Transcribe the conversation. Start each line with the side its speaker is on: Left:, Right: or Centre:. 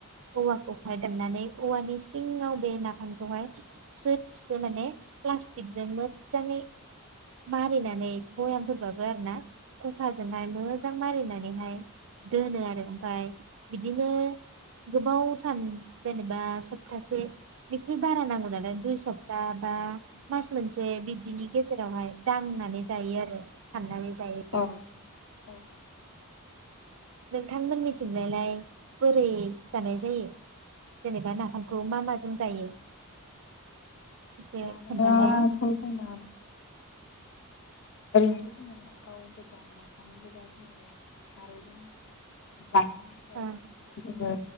Right: औवाखौ हाय दाननानै औवानि सिङाव बे नाफामखौहाय थुसो थुसो माने प्लास थिगजों मोदजाङै मारिनानै बयामफोरबाबो आरो ना खखाजोंहाय मोजां मारिनानैहाय दोनो आरो ओमफाय बिदिनो गोबाव सान जेनेबा सप्तासे निख्रुइ बारा नांगोन नालाय दुइ सब दाबा मास मोनसे बिब्दिनि गेजे जेरावहाय दांनानै जायो आरो हाननानै जायो
Left: औ औ औ
Right: नोंथांमोननिथिंलाइलाय बोरै जानाय जायो जेनेबा नाफामखौ मा माजों जायो एसे
Left: जानायाथ'
Right: खोन्थालाय
Left: जोंना ओरैनोथ' जोङो गाव गोजा नाफाम गोजा जोङो खारैजों जोबो
Right: ओं